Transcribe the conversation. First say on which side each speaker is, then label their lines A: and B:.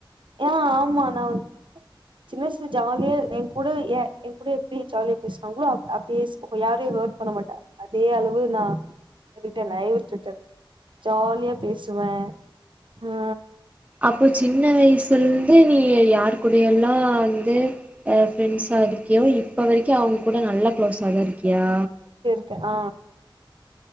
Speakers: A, on the right (about 65°); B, on the right (about 15°).
A: யா ஆமா நா வந் சின்ன வயசுல ஜாலியா என் கூட எ என் கூட எப்டி ஜாலியா பேசுறாங்களோ அ அப் இஸ் யாரையு ஹர்ட் பண்ண மாட்ட அதே அளவு நா கிட்ட நயவர் விட்டுட்ட ஜாலியா பேசுவே ஆ
B: அப்ப சின்ன வயசுல இருந்து நீ யாரு கூடைய எல்லா வந்து அ ஃப்ரெண்ட்ஸா இருக்கியோ இப்ப வரைக்கு அவங்க கூட நல்ல குளோஸா தா இருக்கியா
A: கு ஆ